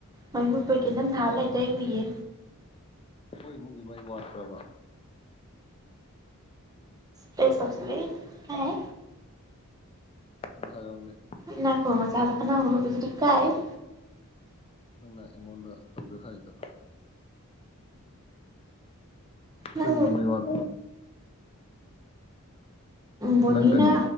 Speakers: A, on the right (about 15°); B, on the left (about 25°).
A: ꯃꯩ ꯃꯨꯠꯄꯩ ꯀꯦꯟꯗꯜ ꯊꯥꯟ ꯂꯩꯗ ꯑꯩ ꯎꯏꯔꯦ
B: ꯍꯣꯏ ꯏꯃꯨꯡꯗꯤ ꯃꯩ ꯋꯥꯠꯄ꯭ꯔꯕ
A: ꯀꯩꯁ ꯇꯧꯁꯜꯂꯛꯏ ꯏꯀꯥꯏꯍꯦ
B: ꯑꯃꯇ ꯍꯥꯏꯔꯛꯎꯅꯦ
A: ꯏꯅꯥꯈꯨꯟꯕ ꯃꯆꯥꯗ ꯈꯠꯅ ꯍꯧꯔꯨꯕꯖꯤꯗꯤ ꯏꯀꯥꯏꯍꯦ
B: ꯅ ꯑꯩꯉꯣꯟꯗ ꯇꯧꯖꯁꯥꯏꯗꯣ
A: ꯅꯪ
B: ꯑꯟꯏꯟꯇꯦꯜꯂꯤꯖꯦꯕꯜ
A: ꯕꯣꯅꯤꯅ
B: ꯅꯪ ꯀꯔꯤ